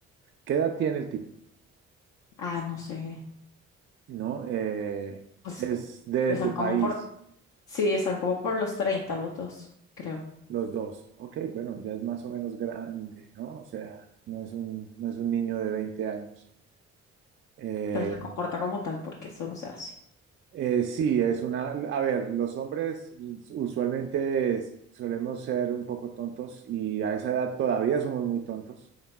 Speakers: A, on the right; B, on the left.
A: ¿Qué edad tiene el tipo?
B: Ah, no sé.
A: ¿No? Eh,
B: Pues
A: es de
B: están
A: tu
B: como
A: país,
B: por, sí, están como por los 30 los dos, creo.
A: los dos. Ok, bueno, ya es más o menos grande, ¿no? O sea, no es un, no es un niño de 20 años. Eh,
B: Pero se comporta como tal porque eso no se hace.
A: Eh, sí, es una... A ver, los hombres usualmente es- solemos ser un poco tontos y a esa edad todavía somos muy tontos.